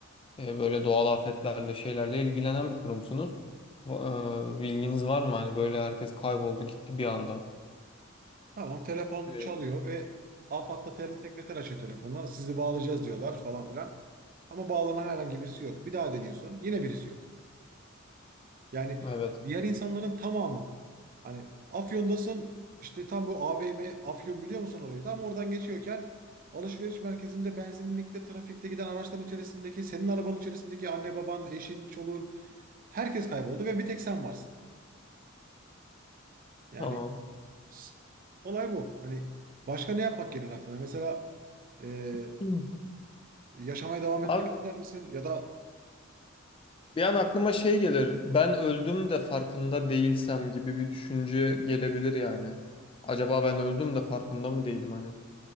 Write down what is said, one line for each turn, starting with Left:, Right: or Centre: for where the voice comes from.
Left: e, böyle doğal afetlerle şeylerle ilgilenen bir kurumsunuz. Va- e, bilginiz var mı? Hani böyle herkes kayboldu gitti bir anda.
Right: Tamam telefon
Left: Ee,
Right: çalıyor ve AFAD'da tel- sekreter açıyor telefonu. Sizi bağlayacağız diyorlar falan filan. Ama bağlanan herhangi birisi yok. Bir daha deniyorsun. Yine birisi yok. Yani
Left: Evet.
Right: diğer insanların tamamı hani Afyon'dasın işte tam bu AVM Afyon biliyor musun orayı? Tam oradan geçiyorken alışveriş merkezinde benzinlikte trafikte giden araçların içerisindeki senin arabanın içerisindeki anne baban eşin çoluğun herkes kayboldu ve bir tek sen varsın. Yani
Left: Tamam.
Right: s- olay bu. Hani başka ne yapmak gelir aklına? Mesela e,
Left: <clears throat> Hı.
Right: yaşamaya devam
Left: Abi
Right: etmek ister misin? Ya da
Left: bir an aklıma şey gelir. Ben öldüm de farkında değilsem gibi bir düşünce gelebilir yani. Acaba ben öldüm de farkında mı değilim hani?